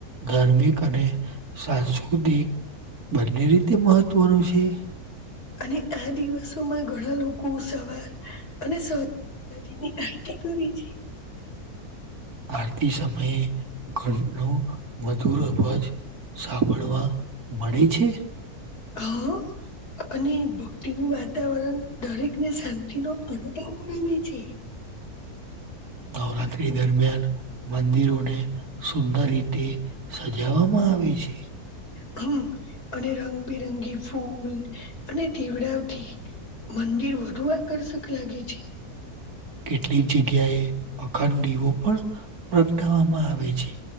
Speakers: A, on the right (about 70°); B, on the left (about 75°).
A: ધાર્મિક અને સાંસ્કૃતિક બંને રીતે મહત્વનું છે
B: અને આ દિવસોમાં ઘણા લોકો સવાર અને સા માતાજીની આરતિ કરે છે
A: આરતી સમયે ઘટનું મધુર અબજ સાંભળવા મળે છે
B: હમ અને ભક્તિનું વાતાવરણ દરેકને શાંતિ નો અનુભવ કરાવે છે <inaudible>
A: નવરાત્રી દરમિયાન મંદિરોને સુંદર રીતે સજાવામાં આવે છે
B: હમ અને રંગબિરંગી ફૂલ અને દીવડાથી મંદિર વધુ આકર્ષક લાગે છે
A: કેટલીક જગ્યાએ અખાંડ દીવો પણ પ્રગટાવવામાં આવે છે